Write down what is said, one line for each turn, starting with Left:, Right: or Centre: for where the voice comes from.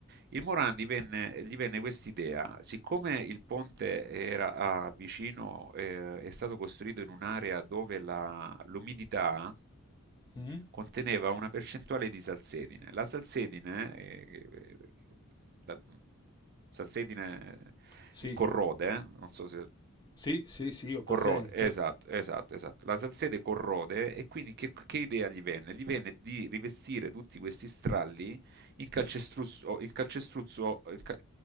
Right: Il Moran divenne gli venne quest'idea: siccome il ponte era ah, vicino, eh, è stato costruito in un'area dove la- l'umidità
Left: Mm?
Right: conteneva una percentuale di salsedine. La salsedine, eh, eh, da- salsedine
Left: Sì,
Right: eh, corrode, eh, non so se...
Left: sì, sì, sì, ho presente.
Right: Corrode, esatto, esatto, esatto. La salsete corrode e quindi che, che idea gli venne? Gli venne di rivestire tutti questi stralli il calcestruzzo, il calcestruzzo, il ca-